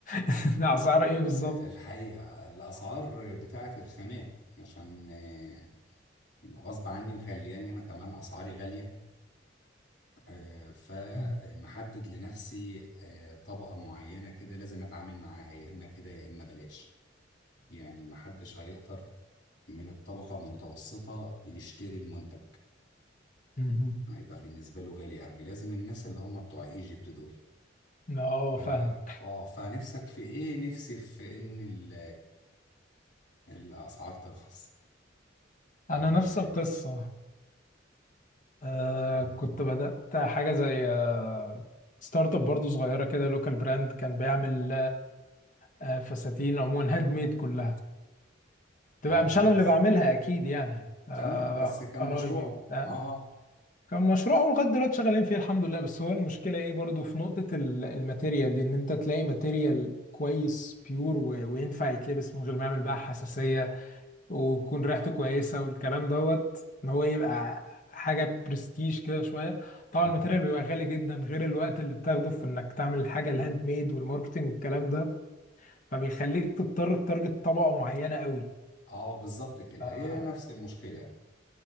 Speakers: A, on the left; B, on the left.
A: <laughs> اسعار ايه بالظبط
B: الحقيقه الاسعار بتاعه الخامات عشان آه، غصب عني مخلياني انا كمان اسعاري غاليه آه، فمحدد
A: مم،
B: لنفسي آه، طبقه معينه كده لازم اتعامل معاها يا اما كده يا اما بلاش يعني محدش هيقدر من الطبقه المتوسطه يشتري المنتج
A: مم،
B: هيبقى بالنسبه له غالي قوي لازم الناس اللي هم بتوع ايجيبت دول
A: مم. اه
B: ف-
A: فاهم
B: اه فنفسك في ايه نفسي في ان ال الأسعار ترخص
A: انا
B: إيه.
A: نفس القصه آه
B: مم.
A: كنت بدأت حاجه زي آه ستارت اب برضو صغيره كده لوكال براند كان بيعمل آه، فساتين عموما هاند ميد كلها تبقى
B: اه
A: مش
B: كويس
A: انا اللي بعملها اكيد يعني آه،
B: تمام بس كان
A: قرايبي
B: مشروع
A: وبتاع
B: اه آه.
A: كان مشروع هو لغايه دلوقتي شغالين فيه الحمد لله بس هو المشكله ايه برضو في نقطه ال- الماتيريال دي ان انت تلاقي ماتيريال كويس بيور و- وينفع يتلبس من غير ما يعمل بقى حساسيه ويكون ريحته كويسه والكلام دوت ان هو يبقى حاجه برستيج كده شويه طبعا
B: مم.
A: الماتيريال بيبقى غالي جدا غير الوقت اللي بتاخده في انك تعمل الحاجه الهاند ميد والماركتنج والكلام ده فبيخليك تضطر تتارجت طبقه معينه قوي
B: اه بالظبط كده
A: آه،
B: هي نفس المشكلة